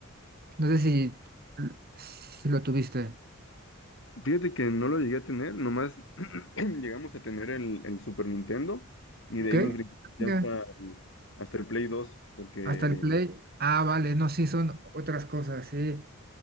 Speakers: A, on the right; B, on the left.
A: No sé si, si lo tuviste.
B: Fíjate que no lo llegué a tener, nomás <clears throat> llegamos a tener el, el Super Nintendo y
A: ¿Ok?
B: de ahí nos brincamos ya
A: Venga.
B: hasta, el- hasta el Play dos, porque
A: Hasta el Play. Ah, vale, no, sí, son otras cosas, sí.